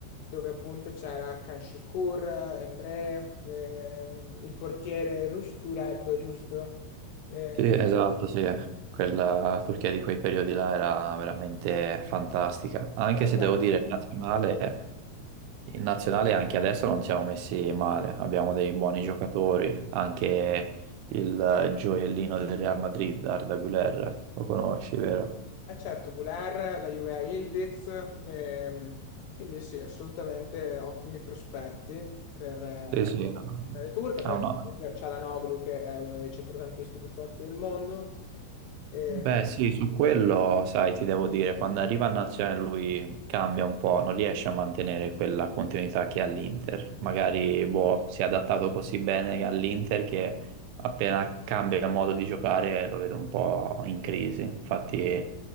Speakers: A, on the left; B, on the right.
A: dove appunto c'era Can Şükür, Emre, ehm, il portiere Rush Tureb, giusto? Ehm,
B: Sì, esatto, sì. Quella Turchia di quei periodi là era veramente fantastica. Anche
A: l'altro
B: se devo dire, il nazionale,
A: era-
B: il nazionale anche adesso non siamo messi male. Abbiamo dei buoni giocatori. Anche il gioiellino del Real Madrid, Arda Güler, lo conosci, vero?
A: Eh certo, Goulart, la Juve a Yildiz, ehm, quindi sì, assolutamente ottimi prospetti per eh,
B: Sì, sì.
A: per le turche, poi
B: Ha una,
A: c'è Çalhanoğlu che è uno dei centrocampisti più forti del mondo, Sì. ehm,
B: Beh, sì, su quello, sai, ti devo dire, quando arriva a Nazionale lui cambia un po', non riesce a mantenere quella continuità che ha all'Inter. Magari, boh, si è adattato così bene all'Inter che appena cambia modo di giocare lo vedo un po' in crisi. Infatti,